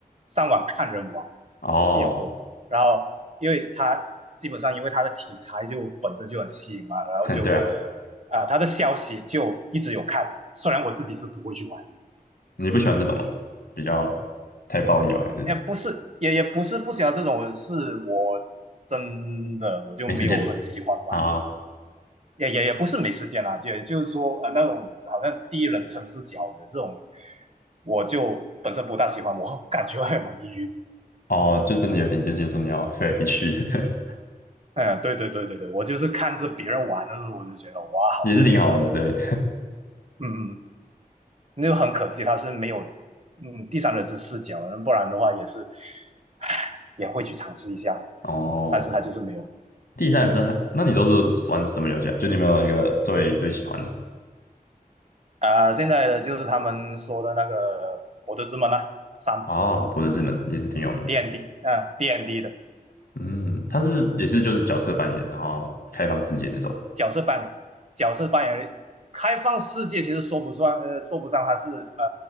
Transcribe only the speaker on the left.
哦，
<laughs>
哼对啊，
你不喜欢这种吗？比较太暴力吗？还是
没时间啊？
哦，就真的有点，就是有时候你要飞来飞去。<laughs>
也是挺好玩的，对。
哦，
第三人称还那你都是玩什么游戏啊？
就你有没有一个最最喜欢的
啊？博德之门也是挺有名的
嗯，它是也是就是角色扮演，然后开放世界那种